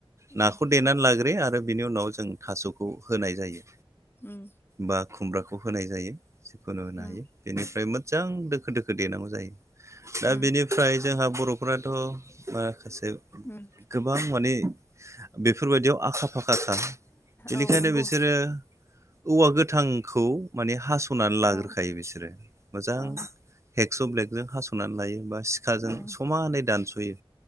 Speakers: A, on the left; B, on the right.
A: ओम
B: नाखौ देनानै लाग्रोयो आरो बिनि उनाव जों थास'खौ होनाय जायो।
A: उम
B: बा खुमब्राखौ होनाय जायो जिखुनु होनो
A: ओम
B: हायो बेनिफ्राय मोजां दोखो दोखो देनांगौ जायो। दा
A: ओम
B: बेनिफ्राय जोंहा बर'फोराथ' माखासे
A: उम
B: गोबां माने बेफोरबायदियाव आखा फाखा। बेनिखायनो
A: औ नंगौ
B: बिसोरो औवा गोथांखौ माने हास हासनानै लाग्रोखायो
A: औ
B: बिसोरो मोजां
A: ओं
B: हेगस' ब्लेगजों हास'नानै लायो बा सि खाजों
A: ओं
B: समानै दानस'यो।